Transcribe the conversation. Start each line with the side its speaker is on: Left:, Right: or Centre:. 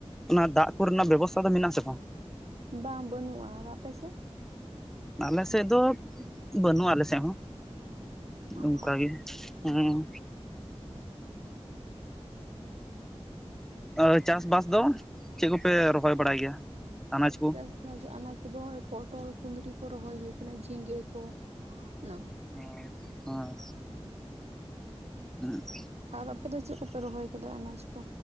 Centre: ᱚᱱᱟ ᱫᱟᱜ ᱠᱚᱨᱮᱱᱟᱜ ᱵᱮᱵᱚᱥᱛᱷᱟ ᱫᱚ ᱢᱮᱱᱟᱜ-ᱟ ᱥᱮ ᱵᱟᱝ?
Right: ᱵᱟᱝ ᱵᱟᱹᱱᱩᱜᱼᱟ ᱟᱨ ᱟᱯᱮ ᱥᱮᱫ?
Centre: ᱟᱞᱮ ᱥᱮᱫ ᱫᱚ ᱵᱟᱹᱱᱩᱜᱼᱟ ᱟᱞᱮ ᱥᱮᱫ ᱦᱚᱸ?
Right: ᱚᱸ
Centre: ᱚᱱᱠᱟ ᱜᱮ ᱦᱮᱸᱼᱼ ᱟᱨ ᱪᱟᱥᱵᱟᱥ ᱫᱚ ᱪᱮᱫ ᱠᱚᱯᱮ ᱨᱚᱦᱚᱭ ᱵᱟᱲᱟᱭ ᱜᱮᱭᱟ ᱟᱱᱟᱡᱽ ᱠᱩ
Right: <unintelligible> ᱟᱱᱟᱡᱽ ᱠᱚᱫᱚ ᱯᱚᱴᱚᱞ ᱠᱩᱸᱫᱽᱨᱤ ᱠᱚ ᱨᱚᱦᱚᱭ ᱦᱩᱭ ᱟᱠᱟᱱᱟ ᱡᱷᱤᱸᱜᱟᱹ ᱠᱚ ᱚᱱᱟ ᱠᱚ᱾
Centre: ᱚ ᱟᱸ ᱦᱩᱸ ᱾
Right: ᱟᱨ ᱟᱯᱮᱫ ᱫᱚ ᱪᱮᱫ ᱠᱚᱯᱮ ᱨᱚᱦᱚᱭ ᱟᱠᱟᱫᱟ ᱟᱱᱟᱡ ᱠᱚ?